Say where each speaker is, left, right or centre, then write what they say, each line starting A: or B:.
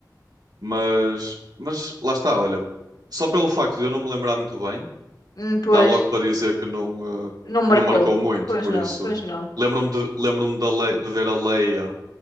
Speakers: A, on the right (about 65°); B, on the left (about 70°).
A: Mas, mas lá está, olha, só pelo facto de eu não me lembrar muito bem.
B: Hum, pois,
A: dá logo para dizer que não, eh,
B: não marcou.
A: que não marcou muito,
B: Pois
A: por
B: não,
A: isso
B: pois não.
A: lembro-me de, lembro-me da Le- de ver a Leia